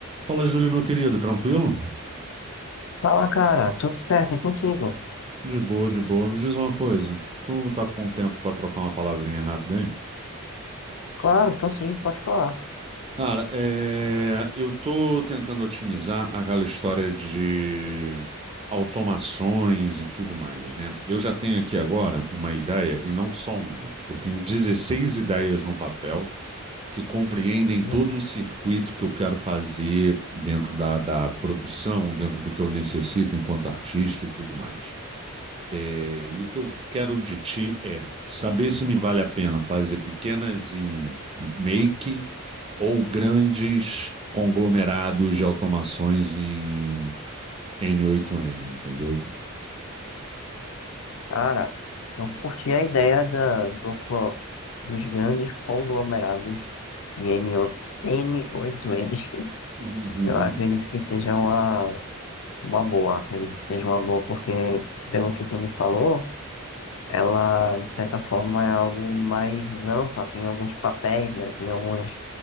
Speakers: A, on the right (about 25°); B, on the left (about 65°).
A: Fala, Júlio, meu querido, tranquilo?
B: Fala, cara, tudo certo, e contigo?
A: De boa, de boa. Me diz uma coisa. Tu tá com tempo pra trocar uma palavrinha rápida aí?
B: Claro, tô sim, pode falar.
A: Cara, é, eu tô tentando otimizar aquela história de automações e tudo mais, né? Eu já tenho aqui agora uma ideia e não só uma. Eu tenho 16 ideias no papel que compreendem
B: Hum,
A: todo o circuito que eu quero fazer dentro da, da produção, dentro do que eu necessito enquanto artista e tudo mais. É, e o que eu quero de ti é saber se me vale a pena fazer pequenas em make ou grandes conglomerados de automações em N8N, entendeu?
B: Cara, eu curti a ideia da, do, clo- dos grandes conglomerados em N o n oito n
A: Uhum,
B: <laughs>
A: uhum.
B: Eu acredito que seja uma, uma boa, acredito que seja uma boa, porque, pelo que tu me falou, ela, de certa forma, é algo mais ampla, tem alguns papéis, né? Tem alguns,